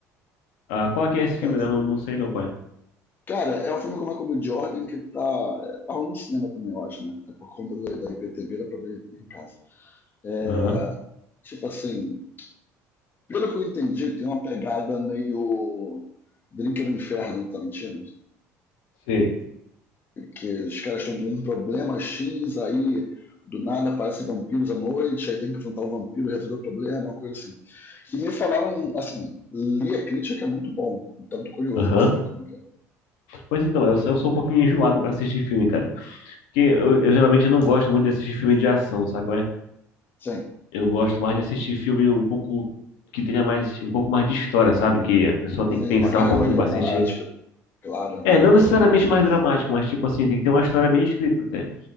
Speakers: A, on the left; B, on the left.
A: Ah, qual que é esse filme?
B: Tá- tá-
A: né? Eu não, não sei não, pai.
B: Cara, é um filme com o Michael B. Jordan que tá, é, tá rolando no cinema também, eu acho, né? É por conta da, da IPTV, dá pra ver em casa. É,
A: Aham.
B: tipo assim, pelo que eu entendi, tem uma pegada meio Drink no Inferno do Tarantino,
A: Sei.
B: que os caras estão com um problema X, aí do nada aparecem vampiros à noite, aí tem que enfrentar o vampiro e resolver o problema, uma coisa assim. E me falaram, assim, li a crítica, é muito bom. Então tô curioso
A: Aham.
B: para saber como é que é.
A: Pois então, eu, sou- eu sou um pouquinho enjoado pra assistir filme, cara. Porque eu, eu geralmente
B: Hum.
A: não gosto muito de assistir filme de ação, sabe?
B: Sim,
A: Eu gosto mais de assistir filme um pouco que tenha mais um pouco mais de história, sabe? Que a pessoa tem
B: sim,
A: que pensar
B: uma carga
A: um pouquinho
B: mais dramática.
A: pra assistir.
B: Claro, uma
A: É,
B: carga
A: não
B: mais
A: necessariamente
B: dramática
A: mais
B: e então.
A: dramático, mas tipo assim, tem que ter uma história bem escrita até.